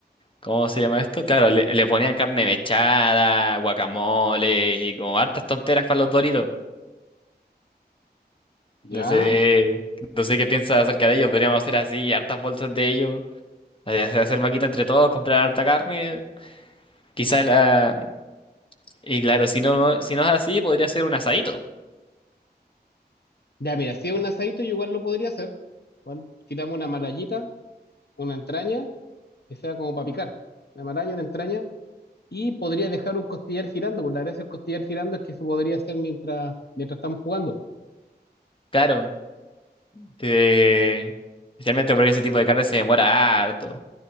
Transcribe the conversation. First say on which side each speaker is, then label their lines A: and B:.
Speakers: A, on the left (about 30°); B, on the left (about 65°).
A: ¿cómo se llama esto? Claro, le, le ponían carne mechada, guacamole y como hartas tonteras para los Doritos.
B: Ya.
A: No sé, no sé qué piensas acerca de ellos, podríamos hacer así, hartas bolsas de ellos, hacer, hacer vaquita entre todos, comprar harta carne, quizás la... Y claro, si no, si no es así, podría ser un asadito,
B: Ya, mira, si es un asadito, yo igual lo podría hacer. Igual tiramos una malayita, una entraña, que sea como para picar. Una malaya, una entraña. Y podría dejar un costillar girando, por la gracia del costillar girando es que se podría hacer mientras, mientras estamos jugando.
A: claro. Eh, especialmente porque ese tipo de carne se demora harto.